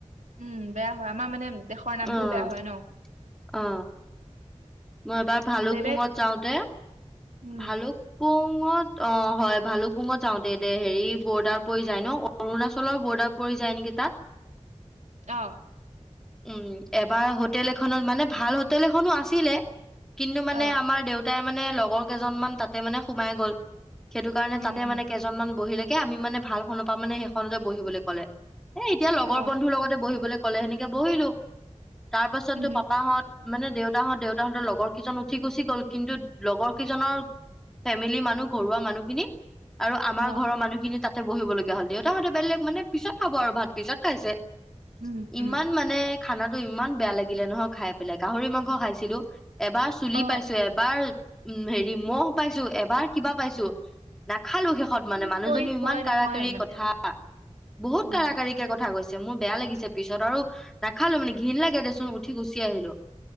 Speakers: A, on the right; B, in the centre.
A: উম বেয়া হয় আমাৰ মানে দেশৰ নামটোও
B: অ',
A: বেয়া হয় ন
B: অ মই এবাৰ ভালুকপুঙত
A: বেলেগ
B: যাওঁতে
A: উম
B: ভালুক <unintelligible> পুঙত অ হয় ভালুকপুঙত যাওঁতে দে হেৰি বৰ্ডাৰ পৰি যায় ন অৰুণাচলৰ বৰ্ডাৰ পৰি যায় নেকি তাত?
A: আহ <inaudible>
B: উম এবাৰ হোটেল এখনত মানে ভাল হোটেল এখনো আছিলে <unintelligible> <inaudible> কিন্তু মানে
A: অ
B: আমাৰ দেউত <unintelligible> তাই মানে লগৰ কেইজনমান তাত <unintelligible> <inaudible> তাতে মানে সোমাই গ'ল সেইটো কাৰণে
A: উম
B: তাতে
A: উম
B: মানে কেইজনমান বহিলৈে <unintelligible> ে আমি মানে ভাল শনৰ পৰা মানে সেইখনতে বহিবলৈ ক'লে <unintelligible> এ এতিয়া লগৰ
A: অ
B: বন্ধুৰ লগতে বহিবলৈ <unintelligible> কলেেক <inaudible> বহিলো তাৰ পাছতো
A: উম
B: পাপাহত <unintelligible> মানে দেউতাাহত দেউতা <unintelligible> তাহতৰ লগৰ কেইজন উঠি গুচি গ'ল, কিন্তু লগৰ কেইজনৰ ফেমিলি মানুহ ঘৰুৱা মানুহখিনি <unintelligible> আৰু আমাৰ
A: অ
B: ঘৰৰ মানুহখিনি তাত <unintelligible> ততে বহিব লগীয়া হল, দেউতাহহঁতে বেলে মানে পিছত খাব আৰু ভাত পিছত খাইছে <unintelligible>
A: উম উম
B: ইমান মানে <unintelligible> <inaudible> খানাটো ইমান বেয়া লাগিলে নহয় খাই পেলাই গাহৰি মাংস <unintelligible> খাইছিলো <unintelligible> <inaudible> এবাৰ চুলি
A: অ
B: পাইছো এবাৰ <unintelligible> <inaudible> উ হেৰি মহ পাইছো এবাৰ কিবা পাইছো ন <unintelligible> খালো শেষত
A: কি
B: মানে মানুহজনীও
A: কৰি থয়
B: ইমান
A: নহয়
B: কাৰ কাৰী
A: মানে
B: কথা বহুত
A: উম
B: কাৰ কাৰিকে কথা কৈছে <unintelligible> মোৰ বেয়া লাগিছে পিছত আৰু নাখালো মানে ঘণ লাগে দেচোন উঠি গুচি আহিলো <unintelligible>